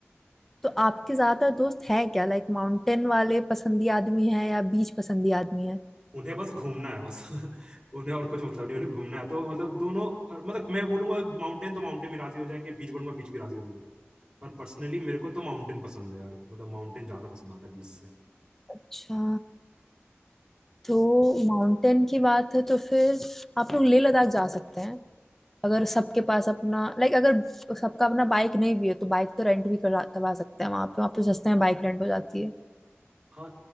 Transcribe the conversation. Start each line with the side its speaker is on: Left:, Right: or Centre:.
Centre: तो आपके ज्यादातर दोस्त है क्या लाइक माउंटेन वाले पसंदी आदमी है या बीच पसंदी आदमी है
Right: उन्हें बस घूमना है बस <laughs> उन्हें और कुछ मतलब नहीं उन्हें घूमना है तो मतलब दोनों मतलब मैं बोलूंगा माउंटेन तो माउंटेन भी राजी हो जाएंगे बीच बोलूंगा बीच भी राजी हो जाएंगे पर पर्सनली मेरे को तो माउंटेन पसंद है यार मतलब माउंटेन ज्यादा पसंद आता है बीच से
Centre: अच्छा तो माउंटेन की बात है तो फिर आप लोग लेह लद्दाख जा सकते हैं अगर सबके पास अपना लाइक अगर सबका अपना बाइक नहीं भी है तो बाइक तो रेंट भी करा करवा सकते हैं वहाँ पे वहाँ पे सस्ते में बाइक रेंट हो जाती है
Right: हाँ